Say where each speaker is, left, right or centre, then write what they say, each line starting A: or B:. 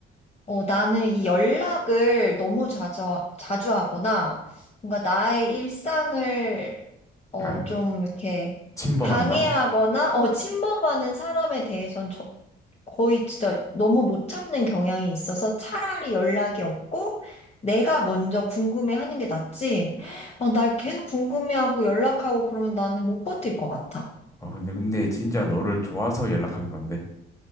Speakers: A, on the left; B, on the left.
A: 어, 나는 이 연락을 너무 자주, 자주 하거나, 뭔가 나의 일상을, 어,
B: 아,
A: 좀 이렇게
B: 침범한다?
A: 방해하거나, 어, 침범하는 사람에 대해서는 저- 거의 진짜 너무 못 참는 경향이 있어서 차라리 연락이 없고, 내가 먼저 궁금해하는 게 낫지. 막 날 계속 궁금해하고 연락하고 그러면 나는 못 버틸 것 같아.
B: 어, 근데 근데 진짜 너를 좋아서 연락하는 건데.